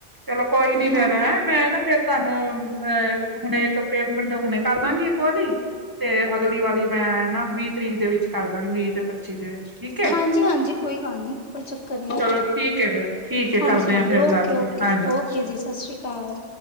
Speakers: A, on the right; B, on the left.
A: ਚਲੋ ਕੋਈ ਨੀ ਫੇਰ
B: ਹਾਂ
A: ਹੈਂ ਮੈਂ ਨਾ ਫੇਰ ਤੁਹਾਨੂੰ ਅਹ ਹੁਣੇ ਇੱਕ ਪੇਮੈਂਟ। ਮੈਂ ਹੁਣੇ ਕਰ ਦਾਂਗੀ ਇੱਕ ਵਾਲੀ ਤੇ। ਅਗਲੀ ਵਾਲੀ ਮੈਂ ਨਾ ਵੀਹ ਤਰੀਕ ਦੇ ਵਿੱਚ। ਕਰ। ਦਾਂਗੀ ਵੀਹ ਤੇ ਪੱਚੀ ਦੇ ਵਿੱਚ ਠੀਕ ਹੈ।
B: ਹਾਂਜੀ ਹਾਂਜੀ ਕੋਈ ਗੱਲ ਨਹੀਂ ਕੋਈ ਚੱਕਰ ਨਹੀਂ।
A: ਚਲੋ ਠੀਕ ਹੈ ਫੇਰ ਠੀਕ ਹੈ
B: ਹਾਂਜੀ
A: ਕਰਦੇ
B: ਹਾਂਜੀ
A: ਆ ਫੇਰ
B: ਓਕੇ
A: ਗੱਲ
B: ਓਕੇ
A: ਜੀ ਹਾਂਜੀ
B: ਓਕੇ ਜੀ ਸਤਿ ਸ੍ਰੀ ਅਕਾਲ।